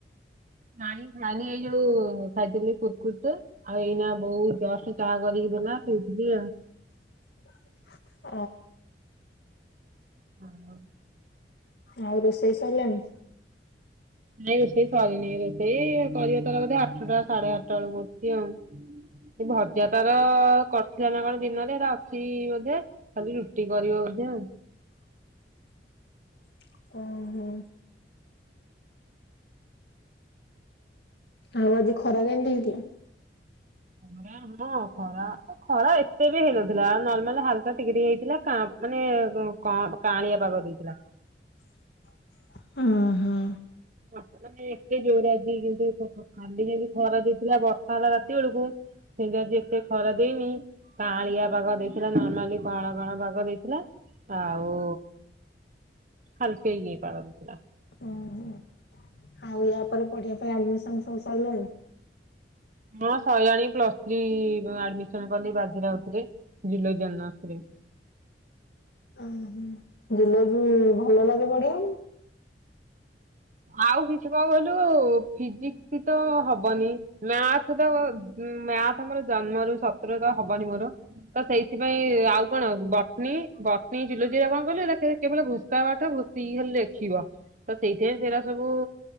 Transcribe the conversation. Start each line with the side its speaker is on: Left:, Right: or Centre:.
Right: ନାଇଁ ଖାଇନି ଏଇ ଯୋଉ ଖାଇଥିଲି କୁର୍ କୁରି ଟେ ଆଉ ଏଇନା ବୋଉ ଜଷ୍ଟ ଚା କରିକି ଦେଲା ପିଉଥିଲି ଆଉ।
Left: <inaudible>
Right: <inaudible>
Left: ଆଉ ରୋଷେଇ ସଇଲାଣି?
Right: ନାଇଁ ରୋଷେଇ ସରିନି ରୋଷେଇ କରିବ ତାର ବୋଧେ ଆଠୁଟା ସାଡ଼େ ଆଟା ବେଳକୁ କି ଆଉ ଭଜା ତାର କରିଥିଲା ନା କଣ ଦିନରେ ଏରା ଅଛି ବୋଧେ ଖାଲି ରୁଟି କରିବ। ହୁଁ।
Left: <inaudible> ଓହୋ ଆଉ ଆଜି ଖରା କେମତି ହେଇଥିଲା?
Right: ଯାହା ହବ ଆଉ କଣ ଖରା ଏତେ ବି ହେଇନଥିଲା ନର୍ମାଲ ହାଲକା ଟିକେ ଟିକେ ହେଇଥିଲା କା ମାନେ କଁ କାଁଳିଆ ପାଗ ଦେଇଥିଲା ।
Left: <inaudible> ହୁଁ।
Right: ବର୍ଷା ମାନେ ଏତେ ଯୋରେ ଆଜି କେମିତି <unintelligible> କାଲି ଯେମତି ଖରା ଦଉଥିଲା ବର୍ଷା ହେଲା ରାତି ବେଳକୁ କେତି ଆଜି ଏତେ ଖରା ଦେଇନି କାଁଳିଆ ପାଗ ଦେଇଥିଲା ନର୍ମାଲି କଁଳା କଁଳା ପାଗ ଦେଇଥିଲା । ଆଉ ହାଲକେଇକି ପାଗ ଦେଇଥିଲା ।
Left: ଓହୋ ଆଉ ୟା ପରେ ପଢିବା ପାଇଁ ଆଡମିସନ ସବୁ ସଇଲାଣି?
Right: ମୋ ସଇଲାଣି ପ୍ଲସ ଥ୍ରୀ ଆଡମିସନ କଲି ବାଜି ରାଉତରେ ଜୁଲୋଜି ଅନ୍ନସରେ ।
Left: ଉଁ ହୁଁ ଜୁଲୋଜି ଭଲ ଲାଗେ ପଢିବାପାଇଁ?
Right: ଆଉ କିଛି କଣ କହିଲୁ ଫିଜିକ୍ସିତ ହବନି ମ୍ୟାଥ ତ ଉଁ ମ୍ୟାଥ ମର ଜନ୍ମରୁ ଶତ୍ରୁ ତ ହବନି ମୋର ତ ସେଇଥିପାଇଁ ଆଉ କଣ ବ ନୀ ବଟ୍ନୀ, ଜୁଲୋଜି ଆ କଁ କଲୁ ଆ କେ କେବଳ ଘୋଷା ପାଠ ଘୋଷିକି ଲେଖିବ ତ ସେଇଥିଆଇଁ ସେରା ସବୁ